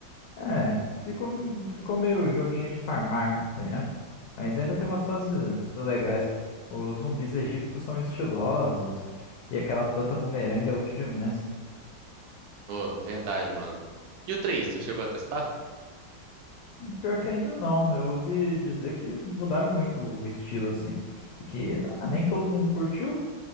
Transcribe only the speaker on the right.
Pô, verdade, mano. E o 3 tu chegou a testar?